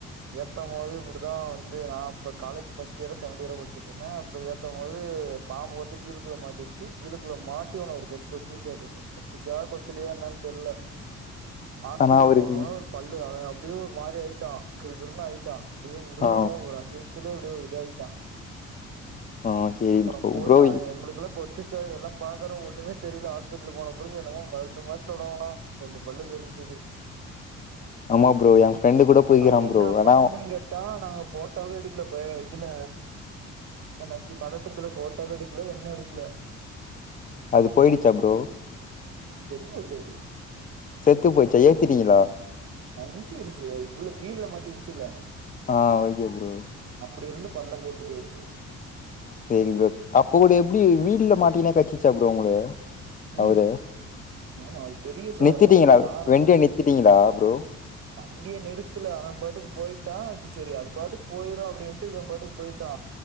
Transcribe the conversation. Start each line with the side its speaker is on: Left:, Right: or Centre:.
Right: ஏத்தமோது இப்டிதா வந்து நா அப்போ காலேஜ் ஃபஸ்ட்டு இயரோ ஸ் சகெண்ட் இயரோ படிச்சுட்ருந்தே அப்ப ஏத்தமோது பாம்பு வந்து வீலுக்குள்ள மாட்டிருச்சு வீலுக்குள்ள மாட்டி அவன ஒரு கொத்து கொத்திச்சாட்ருக்கு கொத்துச்சா கொத்தலயா என்னான் தெர்ல ஹாஸ்பிடல்
Left: ஆனா அவருக்கு
Right: போனவொனே ஒரு பல்லு அவ அப்டியே ஒருமாரி ஆய்ட்டா கிறுகிறுனு ஆயிட்டா டே முடிலடா
Left: ஆ
Right: ஒரு அஞ்சு நிம்ஷத்துலயே அப்டியே ஒரு இதாய்ட்டா
Left: ஆ சரி
Right: அப்புறோ
Left: ப்ரோ
Right: போய்
Left: ப்ரோ
Right: அது எங்குளுக்குலா கொத் துச்சா எல்லா பாக்குறோ ஒன்னுமே தெரில ஹாஸ்பிடலு போன பிறகு என்னமோ மருந்துமாரி தடவனா ரெண்டு பல்லு தெரிஞ்சது
Left: ஆமா ப்ரோ எ பிரெண்ட் கூட போய்க்கிறான்
Right: அது என்ன
Left: ப்ரோ ஆனா
Right: பாம்புன்னு கேட்டா நாங்க ஃபோட்டோவே எடுக்ல ப இதுல என்ன இது பதட்டத்துல ஃபோட்டோவே எடுக்ல ஒன்னு எடுக்ல
Left: அது போயிடுச்சா ப்ரோ
Right: செத்து போச்சு அது
Left: செத்து போயிச்சா ஏத்துட்டீங்களா
Right: நஞ்சிருச்சி அது உள்ள வீல்ல மாட்டிருச்சில்ல
Left: ஆ ஓகே ப்ரோ
Right: அப்டி இருந்து பல்ல போட்டு பேயிரிச்சி
Left: சரி ப்ரோ அப்போ கூட எப்டி வீல்ல மாட்டீகினா கச்சிச்சா ப்ரோ உங்கள
Right: ம்
Left: அவுர
Right: ஆமா அது பெரிய சாரப்பாம்பு
Left: நித்திட்டீங்களா
Right: சாரோ
Left: வெண்டியா நித்திட்டீங்களா ப்ரோ
Right: வண்டிய நிறுத்துல அவ பாட்டுக்கு போயிட்டா செரி அது பாட்டுக்கு போய்ரு அப்டின்ட்டு இவ பாட்டுக்கு போயிட்டா